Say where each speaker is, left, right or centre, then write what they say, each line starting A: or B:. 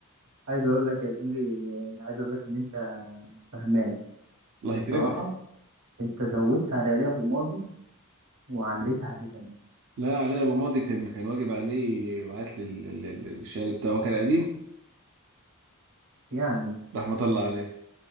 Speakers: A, on the right (about 85°); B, on the right (about 60°).
A: عايز اقول لك يا زميلي عايز اقول لك ان انت فهمان
B: <laughs> الله
A: الصراحة
B: يكرمك
A: انت زودت على ليه ابو ماضي وعليت عليه كمان
B: لا علي ابو ماضي كان كان واجب عليه يبعت لي ال- ال- ال- الشعر بتاعه هو كان قديم
A: يعني
B: رحمة الله عليه